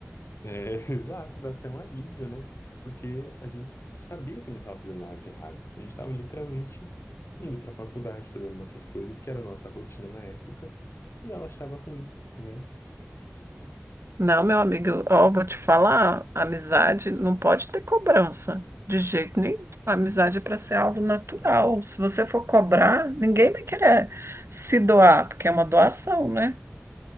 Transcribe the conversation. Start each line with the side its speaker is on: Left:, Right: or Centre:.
Left: É, <laughs> exato, dá até um alívio, né? Porque a gente sabia que não estava fazendo nada de errado. A gente estava literalmente indo para a faculdade, fazendo nossas coisas, que era a nossa rotina na época, e ela achava ruim, né?
Right: Não, meu amigo, eu- ó, vou te falar, amizade não pode ter cobrança, de jeito nenhum. A amizade é para ser algo natural. Se você for cobrar, ninguém vai querer se doar, porque é uma doação, né?